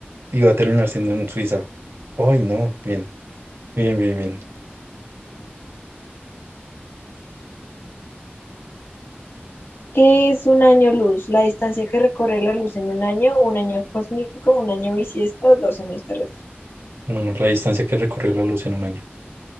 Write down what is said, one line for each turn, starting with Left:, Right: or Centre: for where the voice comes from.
Right: Y va a terminar siendo en Suiza. Ay, no, bien, bien, bien, bien.
Left: ¿Qué es un año luz? La distancia que recorre la luz en un año, un año cósmico, un año bisiesto, dos años terrestres.
Right: Bueno, la distancia que recorrió la luz en un año.